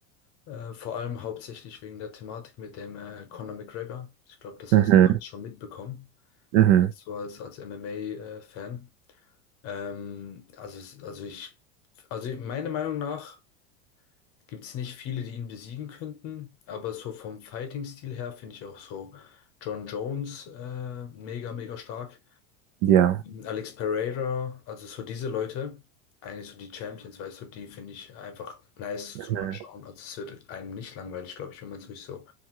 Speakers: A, on the left; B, on the right.
A: Äh, vor allem hauptsächlich wegen der Thematik mit dem äh, Conor McGregor. Ich glaube, das
B: Mhm,
A: hast du ja alles schon mitbekommen.
B: mhm,
A: So als, als MMA-Fan. Ähm, also, es- also ich, also meiner Meinung nach gibt es nicht viele, die ihn besiegen könnten, aber so vom Fighting-Stil her finde ich auch so John Jones äh, mega, mega stark.
B: ja.
A: Alex Pereira, also so diese Leute, eigentlich so die Champions, weißt du, die finde ich einfach nice
B: Mhm,
A: zum Anschauen. Also es wird einem nicht langweilig, glaube ich, wenn man sich so